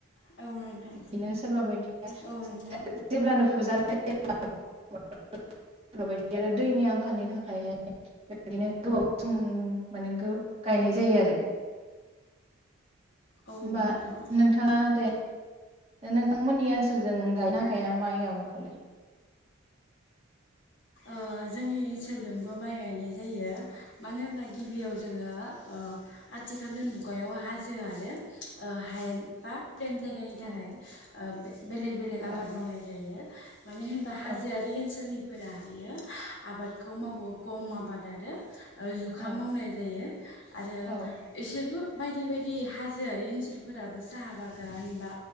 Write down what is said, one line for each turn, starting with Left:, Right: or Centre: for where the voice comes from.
Left: औ नोंथां
Right: बिदिनो सोरबा बायदि
Left: औ नोंथां
Right: जेब्लानो फुजानाय <unintelligible> दैनि आंखालनि थाखायहाय बेबायदिनो गोबाव सम माने गो- गायनाय जायो आरो
Left: औ
Right: होमबा
Left: नोंथां
Right: नोंथाङा दे नोंथांमोननि ओनसोलजों गायना गाया माइ आबादखौलाय
Left: ओ जोंनि ओनसोलजोंबो माइ गायनाय जायो मानो होनबा गिबियाव जोङो ओ आथिखालनि मुगायाव हाजो आरो ओ हायेन बा प्लेन जायगानि थाखाय
Right: औ
Left: ओ बेलेग बेलेग
Right: औ
Left: आबाद मावनाय जायो मानो होनबा हाजोआरि
Right: औ
Left: ओनसोलनि फोराहायो आबादखौ मावो गम आबाद आरो ओ जुखाम
Right: औ
Left: मावनाय जायो आरो
Right: औ
Left: एसेबो बायदि बायदि हाजोआरि ओनसोलफोराबो साहा बागान बा